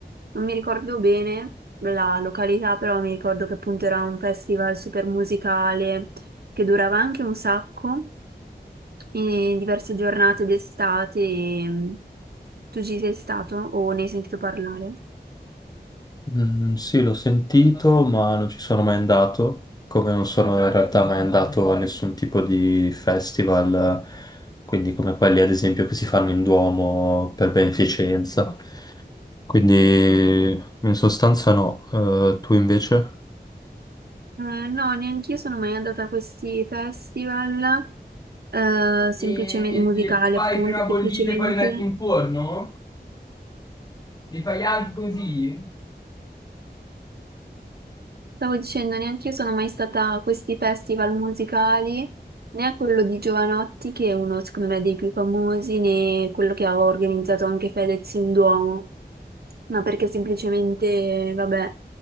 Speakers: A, on the right; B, on the left.
A: Non mi ricordo bene la località, però mi ricordo che appunto era un festival super musicale che durava anche un sacco, e diverse giornate d'estate. e, ehm, Tu ci sei stato o ne hai sentito parlare?
B: Mm, sì, l'ho sentito, ma non ci sono mai andato, come non sono in realtà mai andato a nessun tipo di festival, quindi come quelli ad esempio che si fanno in Duomo per beneficenza. Quindi in sostanza no, Eh, tu invece?
A: Eh, no, neanche io sono mai andata a questi festival, eh, semplicemente
B: E
A: musicali,
B: le fai
A: appunto,
B: prima bollite
A: semplicemente.
B: e poi le metti in forno? Le fai anche così?
A: Stavo dicendo, neanche io sono mai stata a questi festival musicali, né a quello di Giovanotti, che è uno, secondo me, dei più famosi, né quello che ha organizzato anche Fedez in Duomo, ma perché semplicemente, vabbè,